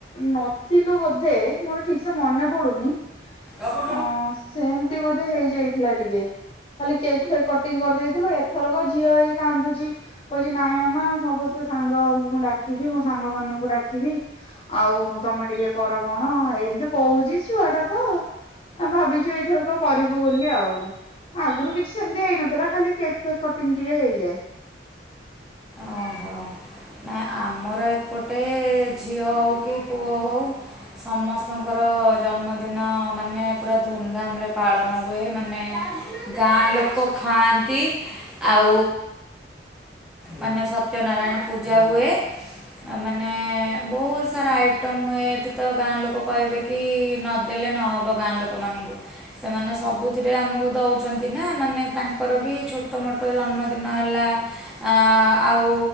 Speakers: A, on the left; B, in the centre.
A: ନଥିଲୁ ବୋଧେ ମୋର ଠିକ ସେ ମନେ ପଡୁନି ଅ
B: ଓହୋ
A: ସେମତି ବୋଧେ ହେଇଯାଇ ଥିଲା ଟିକେ ଖାଲି କେକ୍ ଫେକ୍ କଟିଂ କରିଦେଇଥିଲୁ ଏଥରକ ଝିଅ ହେଇ କାନ୍ଦୁଛି କହୁଛି ନାଇଁ ମାମା ସମସ୍ତେ ସାଙ୍ଗଙ୍କୁ ଡାକିବି ମୋ ସାଙ୍ଗ ମାନଙ୍କୁ ଡାକିବି ଆଉ ତମେ ଟିକେ କର କଣ ଏମିତି କହୁଛି ଛୁଆ ଟା ତ ଆ ଭାବିଛୁ ଏଇଥରକ କରିବୁ ବୋଲି ଆଉ। ଆଗରୁ କିଛି ସେମତି ହେଇନଥିଲା ଖାଲି କେକ୍ ଫେକ୍ କଟିଂ ଟିକେ ହେଇଯାଏ।
B: ଓହୋ। ଆମର ଏପଟେ ଝିଅ ହଉ କି ପୁଅ ହଉ ସମସ୍ତଙ୍କର ଜନ୍ମଦିନ ମାନେ ପୁରା ଧୁମଧାମରେ ପାଳନ ହୁଏ। ମାନେ ଗାଁ ଲୋକ ଖାଆନ୍ତି ଆଉ ମାନେ ସତ୍ୟନାରାୟଣ ପୂଜା ହୁଏ ଆ ମାନେ ବହୁତ୍ ସାରା ଆଇଟମ୍ ହୁଏ ଏଠି ତ ଗାଁ ଲୋକ କହିବେ କି ନଦେଲେ ନହବ ଗାଁ ଲୋକମାନଙ୍କୁ ସେମାନେ ସବୁଥିରେ ଆମକୁ ଦଉଛନ୍ତି ନା ମାନେ ତାଙ୍କର ବି ଛୋଟ ମୋଟ୍ ଟ ଜନ୍ମଦିନ ହେଲା ଆ ଆଉ